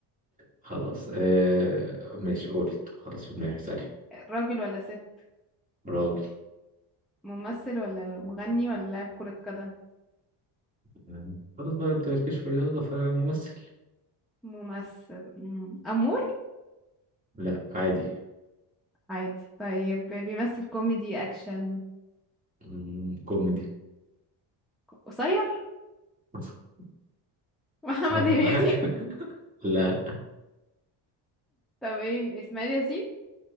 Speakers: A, on the right; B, in the centre.
A: خلاص آه... ماشي قلت خلاص في دماغي اسألي
B: راجل ولا ست
A: راجل
B: ممثل ولا مغني ولا لاعب كرة قدم
A: مم. خلاص بقى انت مالكش في الرياضة فممثل
B: ممثل مم. أمور
A: لا عادي
B: عادي طيب بيمثل كوميدي أكشن
A: مم. كوميدي
B: قصير
A: <laughs>
B: <laughs> محمد
A: أنا-
B: هنيدي
A: لا
B: طب إيه إسماعيل ياسين